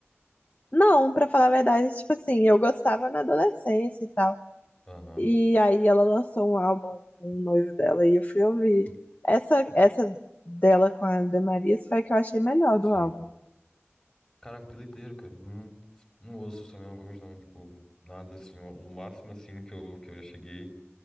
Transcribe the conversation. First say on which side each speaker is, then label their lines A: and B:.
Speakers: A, on the left; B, on the left.
A: Não, pra falar a verdade, tipo assim, eu gostava na adolescência e tal.
B: Aham,
A: E aí ela lançou um álbum com o noivo dela e eu fui ouvir. Essa, essa dela com a Ana Maria foi a que eu achei melhor
B: sim.
A: do álbum.
B: Caraca, que doideira, cara. Não, não ouço Selena Gomez, não. Tipo, nada assim. O, o máximo, assim, que eu, que eu já cheguei